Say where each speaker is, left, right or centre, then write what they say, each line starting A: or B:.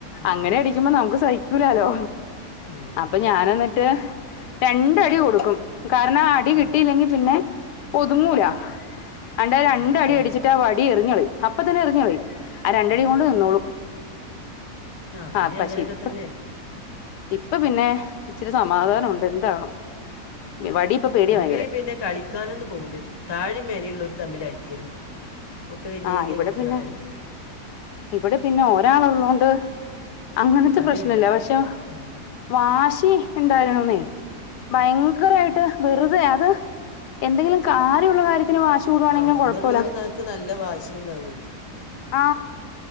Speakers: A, on the left (about 30°); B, on the left (about 85°).
A: അതെ
B: അങ്ങനെ അടി ക്കുമ്പം നമുക്ക് സഹിക്കൂലാല്ലോ
A: ഉം
B: അപ്പൊ ഞാൻ എന്നിട്ട് രണ്ടടി കൊടുക്കും കാരണം ആ അടി കിട്ടിയില്ലെങ്കിൽ
A: അതെ
B: പിന്നെ ഒതുങ്ങൂല അണ്ട് രണ്ട്
A: സത്യാണ്
B: അടി അടിച്ചിട്ട് ആ വടി എറിഞ്ഞിളിയും. അപ്പം തന്നെ എറിഞ്ഞ്കളീം ആ രണ്ടടിയും
A: ഉം
B: കൊണ്ട് നിന്നോളും.
A: അവിടേം
B: ആ പക്ഷെ
A: അങ്ങനെയൊക്കെ
B: ഇപ്പ
A: തന്നെ
B: ഇപ്പം പിന്നെ ഇച്ചിരി സമാധാനം ഉണ്ട് ന്താണോ വടി ഇപ്പൊ പേടിയാ
A: ഇവയ്
B: ഭയങ്കര
A: പിന്നെ കളിക്കാനൊന്നും പോവൂല താഴിം മേലെള്ളൊരു തമ്മിൽ അടിണ് ഒക്കെ വല്യ
B: ആ
A: വല്യ
B: ഇവിടെ
A: കുട്ട്യാളായില്ലേ
B: പിന്നെ ഇവിടെ പിന്നെ ഒരാൾള്ളോണ്ട് അങ്ങനത്തെ
A: അതില്ല
B: പ്രശ്നല്ല പക്ഷെ
A: ആ
B: വാശി ഉണ്ടായിരുന്നുന്നേ ഭയങ്കരയിട്ട് വെറുതെ അത് എന്തെങ്കിലും കാര്യള്ള കാര്യത്തിന് വാശി കൂടുവാണെങ്കിലും
A: ആഹ് ഒന്നുള്ളോര്ന്നാക്ക്
B: കുഴപ്പമില്ല
A: നല്ല വാശിണ്ടാവേ
B: ആ